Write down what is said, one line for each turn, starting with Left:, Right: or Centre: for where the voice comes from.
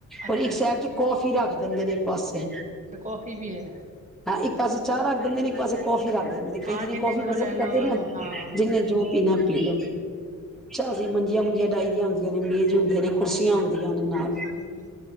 Right: ਅੱਛਾ,
Centre: ਔਰ ਇੱਕ ਸਾਈਡ ਚ ਕੌਫੀ ਰੱਖ ਦਿੰਦੇ ਨੇ ਇੱਕ ਪਾਸੇ
Right: ਅੱਛਾ ਕੌਫੀ ਵੀ ਐ।
Centre: ਇੱਕ ਪਾਸੇ ਚਾਹ ਰੱਖ ਦਿੰਦੇ ਨੇ, ਇੱਕ ਪਾਸ ਕੌਫੀ ਰੱਖ ਦ ਦੇ ਕਈ
Right: ਆ
Centre: ਜਨ
Right: ਜਿੰਨੇ
Centre: ਕੌਫੀ
Right: ਜੋ
Centre: ਪਸੰਦ
Right: ਲੈਣਾ
Centre: ਕਰਦੇ
Right: ਹੋਏ
Centre: ਨਾ
Right: ਹਾਂ।
Centre: ਜਿਹਨੇ ਜੋ ਪੀਣਾ ਪੀ ਲੇ ਅਸੀਂ ਮੰਜੀਆਂ ਮੁੰਜੀਆਂ ਡਾਈਹੀਆਂ ਹੁੰਦੀਆਂ ਨੇ, ਮੇਜ਼ ਹੁੰਦੇ ਨੇ, ਕੁਰਸੀਆਂ ਹੁੰਆਂ ਦੀਆਂ ਨੇ ਨਾਲ
Right: ਹਂ